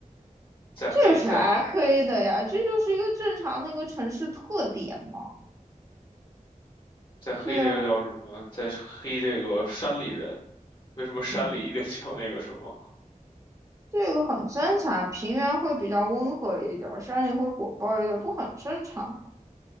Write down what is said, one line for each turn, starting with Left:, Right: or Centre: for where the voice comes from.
Left: 在黑在黑
Right: 这有啥黑的呀？这就是一个正常的一个城市特点嘛。
Left: 在黑这个叫什么？
Right: 对啊。
Left: 在黑这个山里人？为什么山里一定叫那个什么？
Right: 嗯，这个很正常，平原会比较温和一点儿，山里会火爆一点儿，不很正常吗？